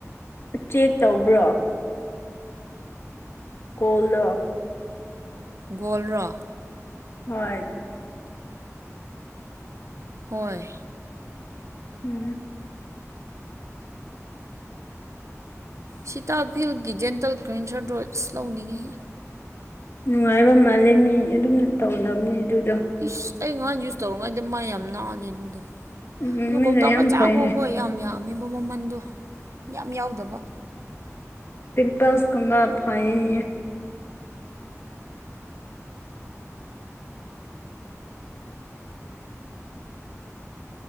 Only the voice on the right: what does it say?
ꯒꯣꯜ꯭ꯔꯣ
ꯍꯣꯏ
ꯁꯤꯇꯥ ꯐꯤꯜꯒꯤ ꯖꯦꯟꯇꯦꯜ ꯀ꯭ꯦꯟꯁꯔ ꯗꯣꯏꯁ ꯂꯧꯅꯤꯡꯏꯤ
ꯏꯁ ꯑꯩ ꯉꯍꯥꯟ ꯌꯨꯁ ꯇꯧꯔꯤꯉꯥꯏꯗ ꯃꯥ ꯌꯥꯝ ꯅꯥꯜꯂꯦ ꯑꯗꯨꯗꯣ
ꯑꯗꯨ
ꯀꯧꯇꯥꯥꯛ
ꯃꯆꯥ
ꯐꯥꯎꯕ
ꯌꯥꯝ ꯌꯥꯝ ꯄꯝꯃꯤꯕ ꯃꯃꯟꯗꯣ ꯌꯥꯝ ꯌꯥꯎꯗꯕ